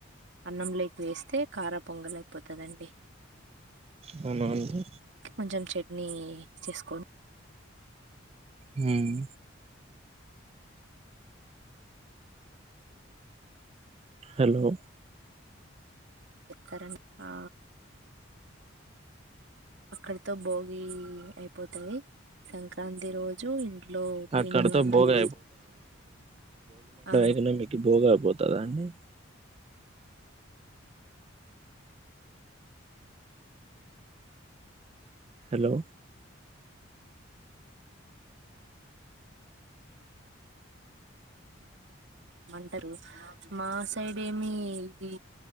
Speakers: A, on the right; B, on the right.
A: అన్నం లేకి వేస్తే కారా పొంగల్ అయిపోతదండి
B: అవునా అండి
A: కొంచెం చెట్నీ చేసుకోన్
B: మ్మ్ హలో
A: చెతర ఆ అక్కడితో భోగి అయిపోతది సంక్రాంతి రోజు ఇంట్లో
B: అక్కడితో
A: పిండి వంటలు
B: భోగి
A: ఆ
B: ఐనా మీకు బోగా అయిపోతదా అండి హలో
A: మంటారు మా సైడ్ ఏమి ఇది